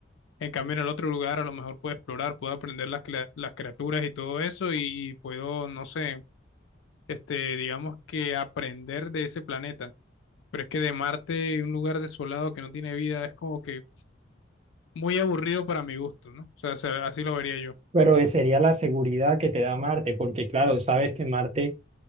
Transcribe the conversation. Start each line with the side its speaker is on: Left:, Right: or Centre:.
Left: En cambio, en el otro lugar a lo mejor puedo explorar, puedo aprender las, crea- las criaturas y todo eso y, y puedo, no sé, este, digamos que aprender de ese planeta. Pero es que de Marte, un lugar desolado que no tiene vida, es como que muy aburrido para mi gusto, ¿no? O sea, se- así lo vería yo.
Right: Pero eh, sería la seguridad que te da Marte, porque claro, sabes que Marte